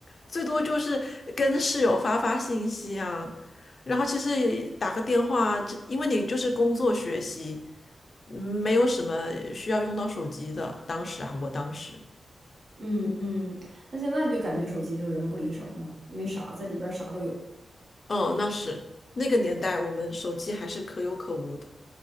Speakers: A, on the left; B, on the right.
A: 最多就是跟室友发发信息啊，然后其实也打个电话，这因为你就是工作学习，嗯没有什么需要用到手机的。当时啊，我当时，
B: 嗯嗯，那现在就感觉手机就人不离手了嘛，因为啥在里边儿啥都有。
A: 嗯，那是那个年代，我们手机还是可有可无的，